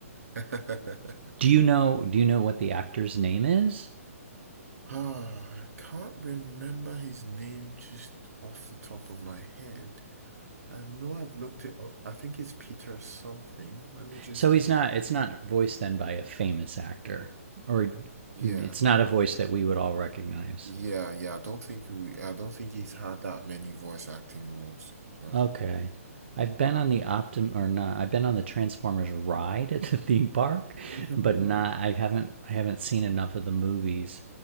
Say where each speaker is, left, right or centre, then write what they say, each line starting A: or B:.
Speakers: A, on the right; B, on the right.
A: <laughs>
B: Do you know do you know what the actor's name is?
A: Ah, I can't remember his name just off the top of my head. I know I've looked it up. I think it's Peter something. Let me just
B: So he's
A: do
B: not.
A: it.
B: It's not voiced then by a famous actor, or
A: Yeah.
B: it's not a voice that we would all recognize.
A: Yeah, yeah. I don't think we, I don't think he's had that many voice acting roles. No.
B: Okay, I've been on the Optim or not. I've been on the Transformers ride at the theme park,
A: <laughs>
B: but not. I haven't. I haven't seen enough of the movies.